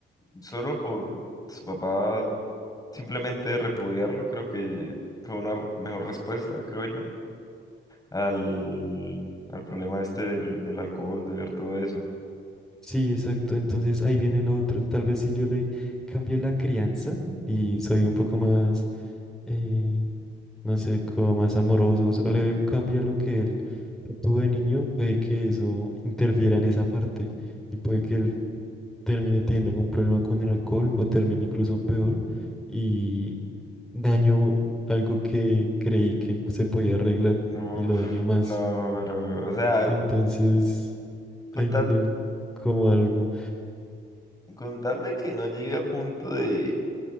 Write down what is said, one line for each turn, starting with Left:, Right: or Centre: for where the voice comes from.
Left: solo por su papá simplemente repudiarlo, creo que fue una mejor respuesta, creo yo, al, al problema este del, del alcohol, de ver todo eso.
Centre: Sí, exacto. Entonces ahí viene lo otro. Tal vez si yo le cambio la crianza y soy un poco más, eh, no sé, como más amoroso, o sea, le doy un cambio a lo que él tuvo de niño, puede que eso interfiera en esa parte y puede que él termine teniendo algún problema con el alcohol o termine incluso peor y daño algo que creí que se podía arreglar
Left: Uf,
Centre: y lo daño más.
Left: no, pero, o sea,
Centre: Entonces
Left: con
Centre: ahí viene
Left: tal,
Centre: como algo.
Left: con tal de que no llegue al punto de,